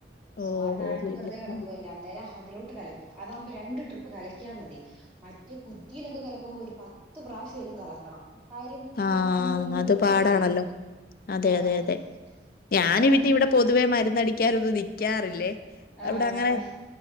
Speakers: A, in the centre; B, on the left.
A: സോ
B: ഓഹോ
A: ആ ടാങ്ക് വെറുതെ കടക്കുവല്ലേ അന്നേരം അതിലോട്ട് കലക്കും അതാകുമ്പോ രണ്ട് ട്രിപ്പ് കല- ക്കിയ മതി മറ്റേ കുറ്റിയിലൊക്കെ കലക്കുമ്പോൾ ഒരു പത്ത് പ്രാവശ്യവേലും കലക്കണം കാര്യം നമ്മുടെ
B: ആഹ് ആഹ്
A: അഞ്ഞൂറിന്റെ
B: അത്
A: കുറ്റിയല്ലേ
B: പാടാണല്ലോ അതെ
A: ആഹ്
B: അതെ അതെ ഞാനിവിറ്റെ
A: അന്നേരം പിന്നെ
B: ഇവിടെ പൊതുവെ മരുന്നടി ക്കാൻ ഒന്നും നിക്കാറില്ലേ
A: ആഹ്
B: അവിടെ അങ്ങനെ